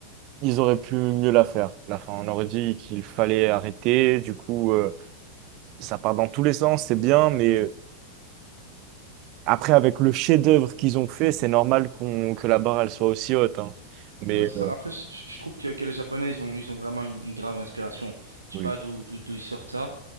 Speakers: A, on the right; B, on the right.
A: ils auraient pu mieux la faire. La fin, on aurait dit qu'il fallait arrêter. Du coup, euh, ça part dans tous les sens, c'est bien, mais euh, après, avec le chef-d'œuvre qu'ils ont fait, c'est normal qu'on, que la barre, elle soit aussi haute, hein. Mais
B: Non, c'est
A: euh,
B: ça. Après, je, je- je trouve que, que les Japonais, ils ont, ils ont vraiment une, une grave inspiration. Je
A: Oui.
B: sais pas d'où, d'où, d'où ils sortent ça,